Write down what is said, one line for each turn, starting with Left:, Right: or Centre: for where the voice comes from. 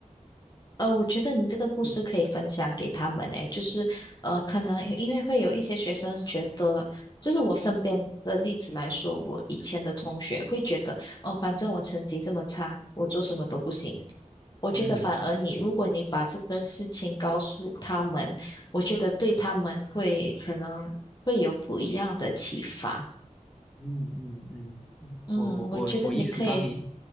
Left: 呃，我觉得你这个故事可以分享给他们诶，
Centre: 嗯
Left: 就是呃，可能因为会有一些学生觉得，就是我身边的例子来说，我以前的同学会觉得，哦，反正我成绩这么差，我做什么都不行。我觉得反而你，
Centre: 嗯。
Left: 如果你把这个事情告诉他们，我觉得对他们会可能会有不一样的启发。
Centre: 嗯嗯嗯，
Left: 嗯，
Centre: 我我我我意识到你
Left: 我觉得你可以，